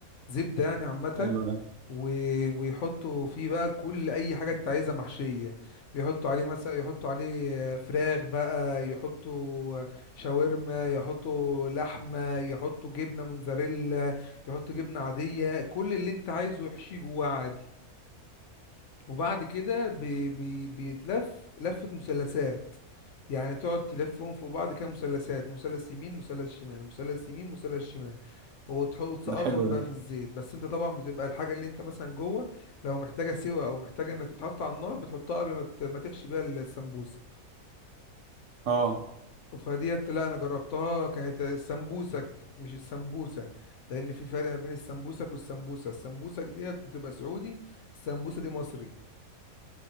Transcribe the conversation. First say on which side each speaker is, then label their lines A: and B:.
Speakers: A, on the left (about 65°); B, on the right (about 65°).
A: زبدة يعني عامة
B: حلو ده
A: و... ويحطوا فيه بقى كل أي حاجة أنت عايزها محشية بيحطوا عليه مثلا يحطوا عليه فراخ بقى يحطوا شاورما يحطوا لحمة يحطوا جبنة موزاريلا يحطوا جبنة عادية كل اللي أنت عايزه يحشيه جواه عادي وبعد كده بي... بي... بيتلف لفة مثلثات يعني تقعد تلفهم فوق بعض كده مثلثات مثلث يمين مثلث شمال مثلث يمين مثلث شمال وتح- وتسقطهم
B: ده حلو ده
A: بقى في الزيت بس انت طبعا بتبقى الحاجه اللي انت مثلا جوه لو محتاجه سوا او محتاجه انها تتحط على النار بتحطها قبل ما ت- ما تحشي بيها السمبوسه
B: اه
A: فديت لا انا جربتها كانت السمبوسك مش السمبوسه لان في فرق ما بين السمبوسك والسمبوسه السمبوسك ديت بتبقى سعودي السمبوسه دي مصري